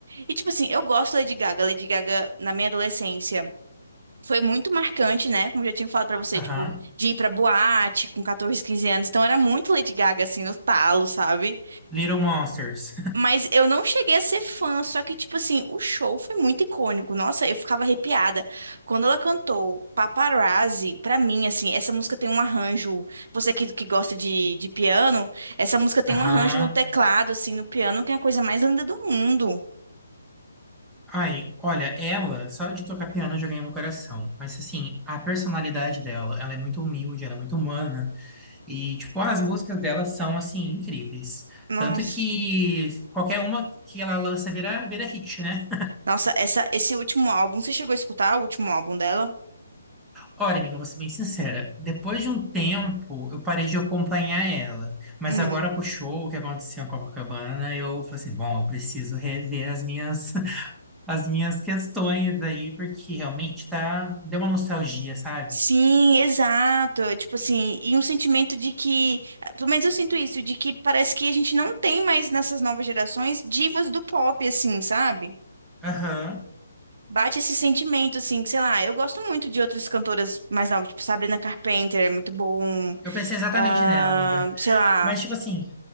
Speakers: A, on the right; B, in the centre.
A: E tipo assim, eu gosto da Lady Gaga. A Lady Gaga, na minha adolescência, foi muito marcante, né? Como eu já tinha falado pra você,
B: Aham.
A: tipo, de ir pra boate com 14, 15 anos. Então era muito Lady Gaga, assim, no talo, sabe?
B: Little Monsters.
A: Mas eu não cheguei a ser fã, só que, tipo assim, o show foi muito icônico. Nossa, eu ficava arrepiada. Quando ela cantou Paparazzi, pra mim, assim, essa música tem um arranjo. Você que, que gosta de, de piano, essa música tem
B: <laughs> Aham.
A: um arranjo no teclado, assim, no piano, que é a coisa mais linda do mundo.
B: Ai, olha, ela, só de tocar piano já ganhei meu coração. Mas, assim, a personalidade dela, ela é muito humilde, ela é muito humana. E, tipo, as músicas dela são, assim, incríveis.
A: Nossa.
B: Tanto que qualquer uma que ela lança vira, vira hit, né?
A: Nossa, essa, esse último álbum, você chegou a escutar o último álbum dela?
B: Olha, amiga, eu vou ser bem sincera. Depois de um tempo, eu parei de acompanhar ela. Mas
A: Hum.
B: agora com o show que aconteceu em Copacabana, eu falei assim, bom, eu preciso rever as minhas, <laughs> as minhas questões aí, porque realmente tá, deu uma nostalgia, sabe?
A: Sim, exato. Tipo assim, e um sentimento de que, pelo menos eu sinto isso, de que parece que a gente não tem mais nessas novas gerações divas do pop, assim, sabe?
B: Aham.
A: Bate esse sentimento, assim, que, sei lá, eu gosto muito de outras cantoras mais novas, tipo Sabrina Carpenter, é muito bom,
B: Eu pensei exatamente
A: ah,
B: nela, amiga.
A: sei lá,
B: Mas, tipo assim,